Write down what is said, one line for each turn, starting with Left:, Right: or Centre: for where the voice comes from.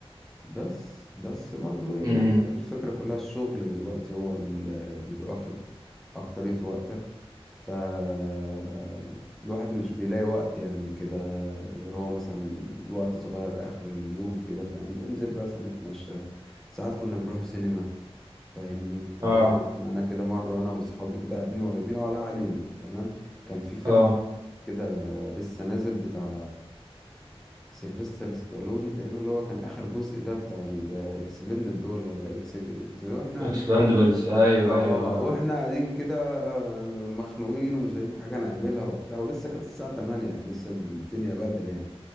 Centre: بس بس برضو ايه
Right: امم
Centre: يعني الفكرة كلها الشغل دلوقتي هو اللي بيبقى واخد أكترية وقتك فالواحد مش بيلاقي وقت يعني كده غير هو مثلا وقت صغير آخر اليوم كده فاهم ينزل بقى مثلا يتمشى ساعات كنا بنروحوا سينما فاهمني اتضربت
Right: اه
Centre: معانا كده مرة أنا وصحابي كده قاعدين ولا بينا ولا علينا تمام كان في فيلم
Right: اه
Centre: كده لسه نازل بتاع سيلفستر ستالوني تقريبا اللي هو كان اخر جزء ده بتاع الاكسبندد دول ولا اكس إكس- واحنا قاعدين
Right: اكسباندبلز
Centre: بقى
Right: ايوه
Centre: اه
Right: ايوه
Centre: واحنا قاعدين كده آه، مخنوقين ومش لاقيين حاجه نعملها وبتاع ولسه كانت الساعه 8 يعني لسه الدنيا بدري يعني